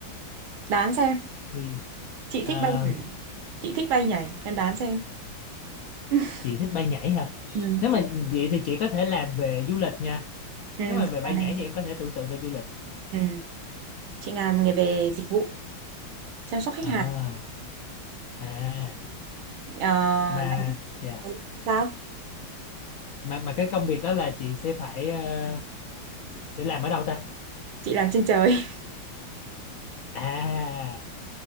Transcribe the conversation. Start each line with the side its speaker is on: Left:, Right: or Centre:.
Right: Đoán xem,
Left: thì
Right: chị
Left: ờ,
Right: thích bay nhảy. Chị thích bay nhảy, em đoán xem. <laughs>
Left: chị thích bay nhảy hả
Right: Ừ,
Left: nếu
Right: chị,
Left: mà vậy thì chị có thể làm về du lịch nha
Right: ừ,
Left: nếu mà về
Right: chị
Left: bay
Right: Ngàn
Left: nhảy
Right: này.
Left: thì em có thể tưởng tượng về du lịch
Right: Ừ, chị làm nghề về dịch vụ chăm sóc khách
Left: Ờ,
Right: hàng.
Left: à
Right: Ờ,
Left: mà
Right: đó.
Left: dạ
Right: Ừ, sao
Left: mà mà cái công việc đó là chị sẽ phải ờ, sẽ sẽ làm ở đâu ta
Right: chị làm trên trời <laughs>
Left: à